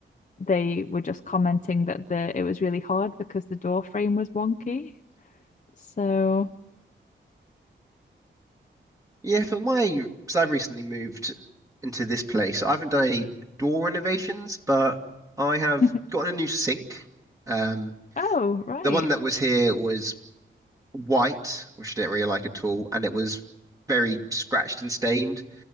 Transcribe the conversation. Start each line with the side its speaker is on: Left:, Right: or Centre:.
Left: they were just commenting that the it was really hard because the door frame was wonky. So
Right: Yeah, for my, because I've recently moved into this place. I haven't done any door renovations, but I have
Left: <laughs>
Right: gotten a new sink. Um,
Left: Oh, right.
Right: the one that was here was white, which I didn't really like at all, and it was very scratched and stained.